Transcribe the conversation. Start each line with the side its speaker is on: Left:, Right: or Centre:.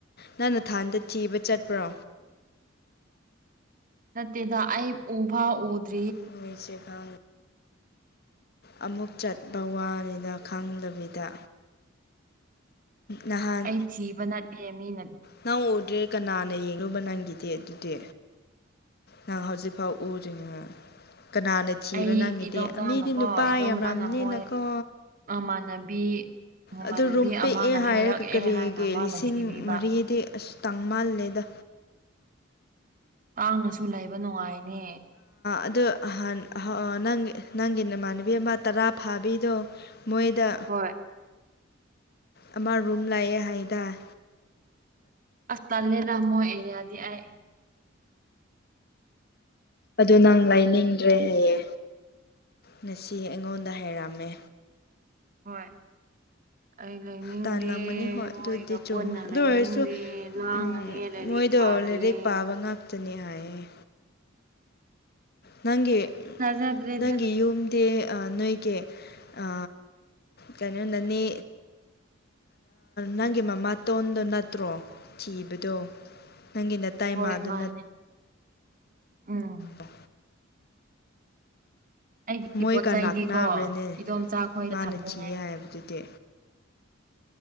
Left: ꯅꯪ ꯅꯊꯥꯟꯗ ꯊꯤꯕ ꯆꯠꯄ꯭ꯔꯣ
Right: ꯅꯠꯇꯦꯗ ꯑꯩ ꯎꯐꯥꯎ ꯎꯗꯔꯤ
Left: <unintelligible> ꯑꯃꯨꯛ ꯆꯠꯄ ꯋꯥꯔꯦꯗ ꯈꯪꯗꯕꯤꯗ ꯅꯍꯥꯟ
Right: ꯑꯩ ꯊꯤꯕ ꯅꯠꯇꯦ ꯃꯤꯅ
Left: ꯅꯪ ꯎꯗ꯭ꯔꯦ ꯀꯅꯥꯅ ꯌꯦꯡꯂꯨꯕ ꯅꯪꯒꯤꯗꯤ ꯑꯗꯨꯗꯤ ꯅꯪ ꯍꯥꯎꯖꯤꯐꯥꯎ ꯎꯗ꯭ꯔꯤ ꯀꯅꯥꯅ ꯊꯤꯕ
Right: ꯑꯩ
Left: ꯅꯪꯒꯤꯗꯤ
Right: ꯏꯗꯣꯝꯆꯥꯅꯀꯣ
Left: ꯃꯤꯗꯤ ꯅꯨꯄꯥ
Right: ꯏꯗꯣꯝꯆꯥꯅ
Left: ꯌꯥꯝꯔꯝꯅꯤꯅꯀꯣ
Right: ꯃꯣꯏ ꯃꯃꯥꯟꯅꯕꯤ ꯃꯃꯥꯟꯅꯕꯤ
Left: ꯑꯗꯨ ꯔꯨꯝ ꯄꯤꯛꯑꯦ
Right: ꯑꯃꯅ
Left: ꯍꯥꯏꯔꯦ
Right: ꯍꯥꯏꯔꯛꯑꯦ
Left: ꯀꯔꯤꯒꯤ
Right: ꯍꯥꯏꯅ ꯃꯥꯅ
Left: ꯂꯤꯁꯤꯡ
Right: ꯊꯤꯕꯤꯕ
Left: ꯃꯔꯤꯗꯤ ꯑꯁ ꯇꯥꯡꯃꯜꯂꯦꯗ
Right: ꯇꯥꯡꯉꯁꯨ ꯂꯩꯕ ꯅꯨꯡꯉꯥꯏꯅꯦ
Left: ꯑꯗꯨꯣ ꯅꯍꯥꯟ ꯅꯪ ꯅꯪꯒꯤ ꯅꯃꯥꯟꯅꯕꯤ ꯑꯃ ꯇꯔꯥ ꯐꯥꯕꯤꯗꯣ ꯃꯣꯏꯗꯥ
Right: ꯍꯣꯏ
Left: ꯑꯃ ꯔꯨꯝ ꯂꯩꯌꯦ ꯍꯥꯏꯗ
Right: ꯑꯁ ꯇꯜꯂꯦꯅ ꯃꯣꯏ ꯑꯦꯔꯤꯌꯥꯗꯤ ꯑꯩ
Left: ꯑꯗꯨ ꯅꯪ ꯂꯩꯅꯤꯡꯗ꯭ꯔꯦ ꯍꯥꯏꯌꯦ ꯉꯁꯤ ꯑꯩꯉꯣꯟꯗ ꯍꯥꯏꯔꯝꯃꯦ
Right: ꯍꯣꯏ ꯑꯩ ꯂꯩꯅꯤꯡꯗꯦ
Left: ꯇꯥꯜꯂꯝꯃꯅꯤ ꯍꯣꯏ ꯑꯗꯨꯗꯤ
Right: ꯃꯣꯏꯒ
Left: ꯆꯨꯝꯃꯦ
Right: ꯄꯨꯟꯅ
Left: ꯑꯗꯨ
Right: ꯂꯩꯅꯤꯡꯗꯦ
Left: ꯑꯣꯏꯔꯁꯨ
Right: ꯂꯥꯡꯉꯅꯤ
Left: ꯎꯝ,
Right: ꯂꯥꯏꯔꯤꯛ
Left: ꯃꯣꯏꯗꯣ
Right: ꯋꯥꯥꯔꯣꯏꯌꯦ
Left: ꯂꯥꯏꯔꯤꯛ ꯄꯥꯕ ꯍꯥꯏꯌꯦ ꯅꯪꯒꯤ
Right: ꯊꯥꯖꯗ꯭ꯔꯦꯗ
Left: ꯅꯪꯒꯤ ꯌꯨꯝꯗꯤ ꯅꯣꯏꯒꯤ ꯑ ꯀꯩꯅꯣ ꯅꯅꯤ ꯅꯪꯒꯤ ꯃꯃꯥꯇꯣꯟꯗꯣ ꯅꯠꯇ꯭ꯔꯣ ꯊꯤꯕꯗꯣ ꯅꯪꯒꯤ ꯅꯇꯩꯃꯗꯣ
Right: ꯍꯣꯏ ꯃꯥꯅꯦ ꯎꯝ
Left: ꯑ
Right: ꯑꯩꯒꯤ
Left: ꯃꯣꯏꯒ
Right: ꯄꯣꯠ ꯆꯩꯗꯤꯀꯣ
Left: ꯅꯅꯥꯛ ꯅꯥꯕ꯭ꯔꯅꯦ
Right: ꯏꯗꯣꯝꯆꯥ ꯈꯣꯏꯗ
Left: ꯃꯥꯅ
Right: ꯊꯝꯗꯣꯏꯅꯦ
Left: ꯊꯤꯌꯦ ꯍꯥꯏꯕꯗꯨꯗꯤ